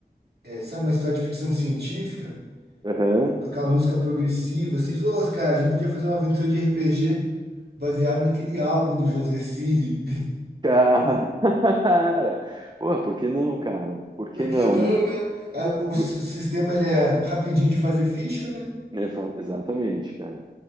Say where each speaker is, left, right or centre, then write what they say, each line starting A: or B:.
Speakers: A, on the right; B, on the right.
A: é, sabe, uma história de ficção científica,
B: Aham.
A: com aquela música progressiva, assim. Falou, "Ô, cara, a gente podia fazer uma aventura de RPG baseado naquele álbum do José Cid.
B: Cara. <laughs> Porra, por que não, cara? Por que
A: Por
B: não,
A: que não,
B: né?
A: né? Aí O s-
B: Bu-
A: o sistema ele é rapidinho de fazer ficha, né?
B: é, fa- exatamente, cara.